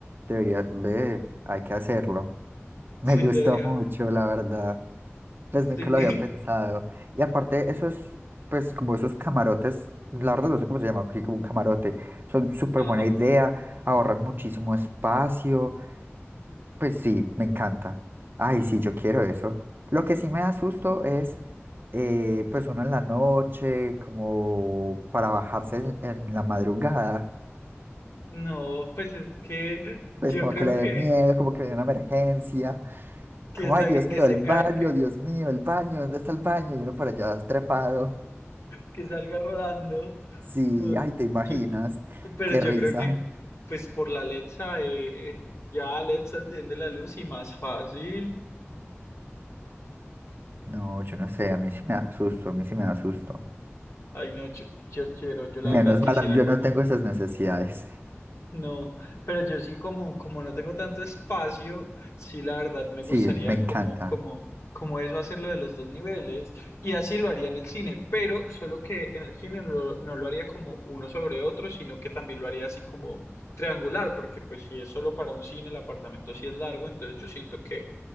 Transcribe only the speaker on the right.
deberías, ve, hay que hacerlo. <laughs> Me
gustó
mucho, la verdad. Pues
nunca lo había pensado. Y aparte, esos, pues como esos camarotes, la verdad no sé cómo se llama, aquí como un camarote, son súper
buena idea, ahorran muchísimo espacio. Pues sí, me encanta. Ay, sí, yo quiero eso. Lo que sí me da susto es, eh, pues uno en la noche, como para bajarse en, en la madrugada,
pues como
que le dé
miedo, como que viene una emergencia,
como,
ay, Dios
mío,
el baño,
Dios mío, el baño, ¿dónde está el baño? Y uno por allá trepado.
Sí,
ay, ¿te imaginas?
Qué
risa.
No, yo no sé, a mí sí me da susto, a mí sí me da susto.
Menos
mal, yo
no tengo esas necesidades.
Sí,
me encanta.